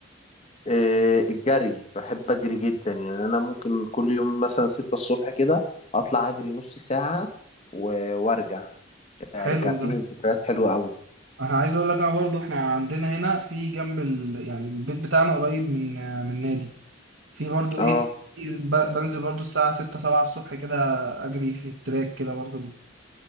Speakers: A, on the left; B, on the right.
A: آه، الجري بحب اجري جدا يعني انا ممكن كل يوم مثلا ستة الصبح كده اطلع اجري نص ساعة و- وارجع رجعتني
B: حلو ده
A: لذكريات حلوة قوي
B: انا عايز اقول لك انا برضو احنا عندنا هنا في جنب ال... يعني البيت بتاعنا قريب من من نادي في برضو
A: اه
B: ايه في ب- بنزل برضو الساعه 6 7 الصبح كده اجري في التراك كده برضو